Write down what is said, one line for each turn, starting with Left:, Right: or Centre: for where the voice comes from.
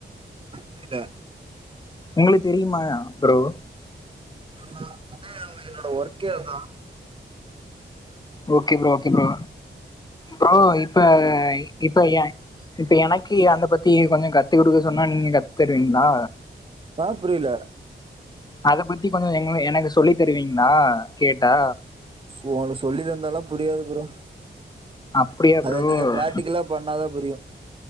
Right: புரியல
Left: உங்ளுக் தெரியுமா ப்ரோ
Right: ஆ நா அதே என்னோட ஒர்க்கே அதா
Left: okay bro okay bro bro இப்ப இப்ப ஏ இப்ப எனக்கு அந்த பத் த்தி கொஞ்ச கத்து குடுக்க சொன்னா நீங்க கத் தருவீங்ளா
Right: ஆ புரியல
Left: அத பத்தி கொஞ்ச எங்கன எனக்கு சொல்லித் தருவீங்ளா கேட்டா
Right: ஃபோனு சொல்லிதந்தாலா புரியாது ப்ரோ
Left: அப்டியா
Right: அத
Left: ப்ரோ
Right: நீங்க பிராக்டிகலா பண்ணாதா புரியு